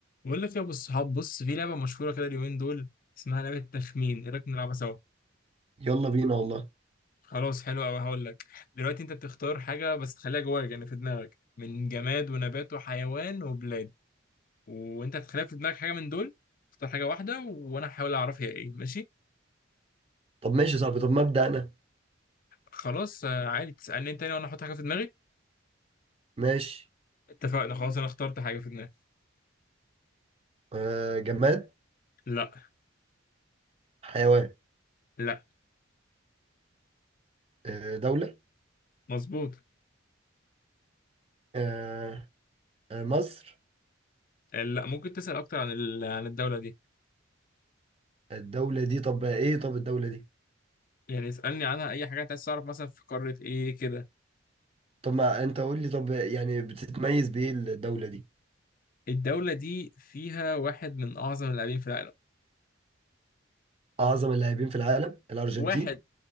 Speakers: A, on the left (about 45°); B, on the right (about 30°).
A: بقول لك يا ابو الصحاب بص في لعبه مشهوره كده اليومين دول اسمها لعبه تخمين ايه رايك نلعبها سوا
B: يلا بينا والله
A: خلاص حلو قوي هقول لك دلوقتي انت بتختار حاجه بس تخليها جواك يعني في دماغك من جماد ونبات وحيوان وبلاد وانت هتخليها في دماغك حاجه من دول اختار حاجه واحده وانا هحاول اعرف هي ايه ماشي
B: طب ماشي يا صاحبي طب مبدأ أنا
A: خلاص آه، عادي تسالني انت تاني وانا احط حاجه في دماغي
B: ماشي
A: اتفقنا خلاص انا اخترت حاجه في دماغي
B: آه جماد
A: لا
B: حيوان
A: لا
B: آه دولة
A: مظبوط
B: آه آه مصر
A: آه، لا ممكن تسال اكتر عن ال- عن الدوله دي
B: الدولة دي طب إيه طب الدولة دي
A: يعني اسالني عنها اي حاجه انت عايز تعرف مثلا في قاره ايه كده
B: طب ما أنت قول لي طب يعني بتتميز بإيه الدولة دي
A: الدولة دي فيها واحد من أعظم اللاعبين في العالم
B: أعظم اللاعبين في العالم الأرجنتين
A: واحد